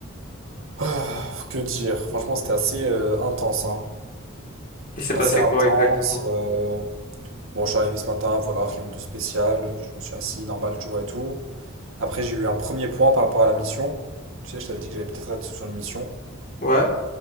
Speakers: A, on the right (about 80°); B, on the left (about 45°).
A: Ah, que dire? Franchement, c'était assez euh, intense, hein.
B: Il s'est
A: Assez
B: passé
A: intense.
B: quoi exactement?
A: euh, Bon, je suis arrivé ce matin, voilà, rien de spécial. Je me suis assis normal, tu vois, et tout. Après, j'ai eu un premier point par rapport à la mission. Tu sais, je t'avais dit que j'allais peut-être être sur une mission.
B: Ouais,